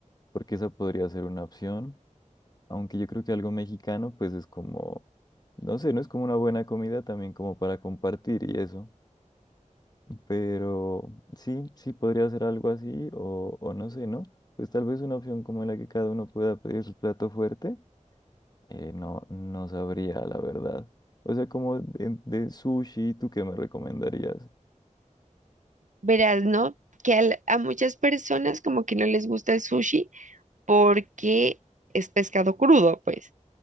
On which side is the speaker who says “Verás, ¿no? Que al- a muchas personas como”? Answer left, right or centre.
Right